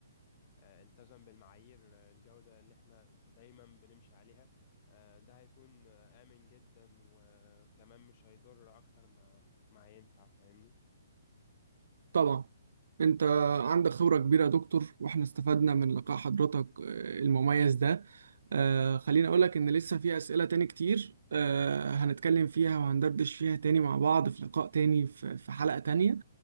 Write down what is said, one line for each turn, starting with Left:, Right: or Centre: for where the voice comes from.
Left: آه، التزم بالمعايير آه، الجودة اللي احنا دايما بنمشي عليها آه، ده هيكون آه، آمن جدا وكمان مش هيضر أكتر ما ما هينفع فاهمني
Right: طبعا انت عندك خبرة كبيرة يا دكتور واحنا استفدنا من لقاء حضرتك آه، المميز ده آه، خليني اقولك ان لسه في اسئلة تاني كتير آه، هنتكلم فيها وهندردش فيها تاني مع بعض في لقاء تاني في في حلقة تانية